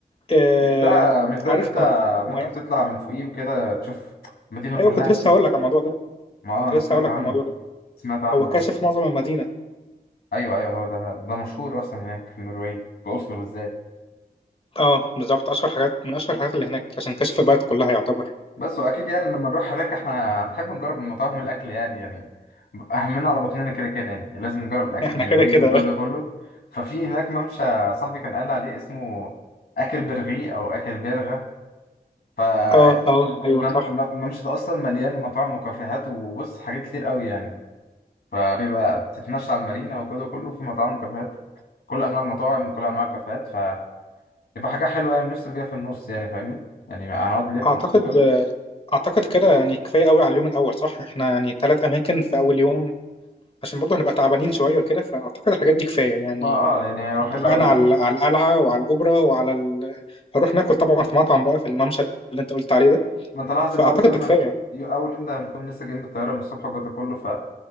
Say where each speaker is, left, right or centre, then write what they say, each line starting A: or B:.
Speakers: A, on the left (about 35°); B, on the left (about 80°).
A: آه
B: مش ده مش ده
A: عارف
B: اللي انت
A: كمان في حاجه مميزه
B: ممكن تطلع من فوقيه وكده تشوف المدينه كلها
A: ايوه كنت لسه هقول لك على الموضوع ده
B: ما اه
A: كنت
B: انا
A: لسه
B: سمعت
A: هقول لك
B: عنه
A: الموضوع ده
B: سمعت عنه
A: هو كاشف
B: اه
A: معظم المدينة
B: ايوه ايوه هو ده ده مشهور اصلا هناك في النرويج في اوسلو بالذات
A: اه بالظبط اشهر حاجات من اشهر الحاجات اللي هناك عشان كشف البلد كلها يعتبر
B: بس واكيد يعني لما نروح هناك احنا هنحب نجرب المطاعم والاكل يعني يعني اهمنا على بطننا كده كده يعني لازم نجرب
A: <laughs>
B: الاكل
A: احنا
B: النرويجي
A: كده كده
B: والجو ده كله ففي هناك ممشى صاحبي كان قال لي عليه اسمه اكل برغي او اكل برغة فالممشى
A: اه اه ايوه صح
B: ده اصلا مليان مطاعم وكافيهات وبص حاجات كتير قوي يعني فبيبقى بتتمشى على المارينا والجو ده كله في مطاعم وكافيهات كل انواع المطاعم كل انواع الكافيهات يبقى حاجة حلوة يعني نفصل بيها في النص يعني فاهمني يعني هنقعد نلف
A: اعتقد
B: والجو ده كله
A: اعتقد كده يعني كفاية قوي على اليوم الاول صح احنا يعني ثلاث اماكن في اول يوم عشان برضه هنبقى تعبانين شوية وكده فاعتقد الحاجات دي كفاية يعني
B: ما اه يعني
A: احنا
B: هو حلو
A: اتفقنا
B: قوي
A: على
B: يعني
A: على القلعة وعلى الاوبرا وعلى ال... هنروح ناكل طبعا في مطعم بقى في الممشى اللي انت قلت عليه ده
B: ما انت لاحظ
A: فاعتقد
B: الأول يوم
A: ده كفاية
B: هن... يو- أول يوم ده هنكون لسه جايين بالطيارة من الصبح والجو ده كله فيا